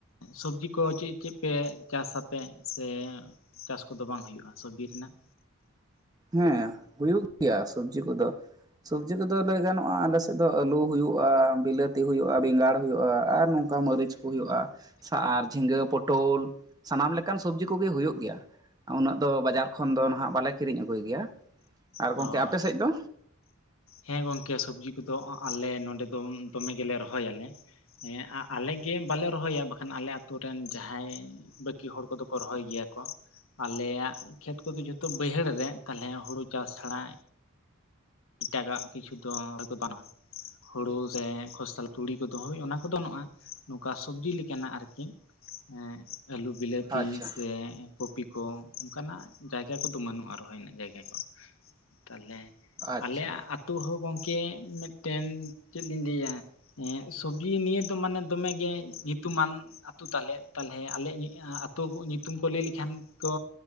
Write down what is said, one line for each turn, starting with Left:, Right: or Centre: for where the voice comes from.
Left: ᱥᱚᱵᱡᱤ ᱠᱚ ᱪᱮᱫ ᱪᱮᱫ ᱯᱮ ᱪᱟᱥ ᱟᱯᱮ ᱥᱮ ᱪᱟᱥ ᱠᱚᱫᱚ ᱵᱟᱝ ᱦᱩᱭᱩᱜᱼᱟ ᱥᱚᱵᱽᱡᱤ ᱨᱮᱱᱟᱜ
Right: ᱦᱮᱸ ᱦᱩᱭᱩᱜ ᱜᱮᱭᱟ ᱥᱚᱵᱽᱡᱤ ᱠᱚᱫᱚ ᱥᱚᱵᱽᱡᱤ ᱠᱚᱫᱚ ᱞᱟᱹᱭ ᱜᱟᱱᱚᱜᱼᱟ ᱟᱞᱮᱥᱮᱫ ᱫᱚ ᱟᱹᱞᱩ ᱦᱩᱭᱩᱜ ᱵᱤᱞᱟᱹᱛᱤ ᱦᱩᱭᱩᱜᱼᱟ ᱵᱮᱸᱜᱟᱲ ᱦᱩᱭᱩᱜᱼᱟ ᱟᱨ ᱱᱚᱝᱠᱟ ᱢᱟᱹᱨᱤᱪ ᱠᱚ ᱦᱩᱭᱩᱜᱼᱟ ᱟᱨ ᱡᱷᱤᱸᱜᱟᱹ ᱯᱚᱴᱚᱞ ᱥᱟᱱᱟᱢ ᱞᱮᱠᱟᱱ ᱥᱚᱵᱽᱡᱤ ᱠᱚᱜᱮ ᱦᱩᱭᱩᱜ ᱜᱮᱭᱟ ᱩᱱᱟᱹᱜ ᱫᱚ ᱵᱟᱡᱟᱨ ᱠᱷᱚᱱ ᱫᱚ ᱱᱟᱦᱜ ᱵᱟᱞᱮ ᱠᱤᱨᱤᱧ ᱟᱹᱜᱩᱭ ᱜᱮᱭᱟ ᱟᱨ
Left: ᱦᱳᱭ
Right: ᱜᱚᱝᱠᱮ ᱟᱯᱮ ᱥᱮᱫ ᱫᱚ
Left: ᱦᱮᱸ ᱜᱚᱝᱠᱮ ᱥᱚᱵᱽᱡᱤ ᱠᱚᱫᱚ ᱟᱞᱮ ᱱᱚᱸᱰᱮ ᱫᱚ ᱫᱚᱢᱮ ᱜᱮᱞᱮ ᱨᱚᱦᱚᱭᱟᱞᱮ ᱦᱮᱸ ᱟᱞᱮᱜ ᱜᱮ ᱵᱟᱞᱮ ᱨᱚᱦᱚᱭᱟ ᱵᱟᱠᱷᱟᱱ ᱟᱞᱮ ᱟᱛᱩ ᱨᱮᱱ ᱡᱟᱦᱟᱸᱭ ᱵᱟᱹᱠᱤ ᱦᱚᱲ ᱠᱚᱫᱚ ᱠᱚ ᱨᱚᱦᱚᱭ ᱜᱮᱭᱟ ᱠᱚ ᱟᱞᱮᱭᱟᱜ ᱠᱷᱮᱛ ᱠᱚᱫᱚ ᱡᱷᱚᱛᱚ ᱵᱟᱹᱭᱦᱟᱹᱲ ᱨᱮ ᱛᱟᱦᱚᱞᱮ ᱦᱩᱲᱩ ᱪᱟᱥ ᱪᱷᱟᱲᱟ ᱮᱴᱟᱜᱟᱜ ᱠᱤᱪᱷᱩ ᱫᱚ ᱵᱟᱝ ᱟ ᱦᱩᱲᱩ ᱥᱮ ᱠᱷᱚᱛᱥᱟᱞ ᱛᱩᱲᱤ ᱠᱚ ᱫᱚ ᱦᱳᱭ ᱚᱱᱟ ᱠᱚᱫᱚ ᱜᱟᱱᱚᱜᱼᱟ ᱱᱚᱝᱠᱟ ᱥᱚᱵᱽᱡᱤ ᱞᱮᱠᱟᱱᱟᱜ ᱟᱨᱠᱤ ᱦᱮᱸ ᱟᱹᱞᱩ ᱵᱤᱞᱟᱹᱛᱤ
Right: ᱟᱪᱪᱷᱟ
Left: ᱥᱮ ᱠᱚᱯᱤ ᱠᱚ ᱚᱱᱠᱟᱱᱟᱜ ᱡᱟᱭᱜᱟ ᱠᱚᱫᱚ ᱢᱟᱹᱱᱩᱜᱼᱟ ᱨᱚᱦᱚᱭ ᱨᱮᱱᱟᱜ ᱡᱟᱭᱜᱟ ᱠᱚ ᱛᱟᱦᱚᱞᱮ
Right: ᱟᱪᱪᱷᱟ
Left: ᱟᱞᱮᱭᱟᱜ ᱟᱹᱛᱩ ᱦᱚᱸ ᱜᱚᱝᱠᱮ ᱢᱤᱫᱴᱮᱱ ᱪᱮᱫ ᱞᱤᱧ ᱞᱟᱹᱭᱟ ᱦᱮᱸ ᱥᱚᱵᱽᱡᱤ ᱱᱤᱭᱟᱹ ᱫᱚ ᱢᱟᱱᱮ ᱫᱚᱢᱮ ᱜᱮ ᱧᱩᱛᱩᱢᱟᱱ ᱟᱹᱛᱩ ᱛᱟᱞᱮ ᱛᱟᱦᱚᱞᱮ ᱟᱞᱮᱭᱟᱜ ᱟᱹᱛᱩ ᱧᱩᱛᱩᱢ ᱠᱚ ᱞᱟᱹᱭ ᱞᱮᱠᱷᱟᱱ ᱠᱚ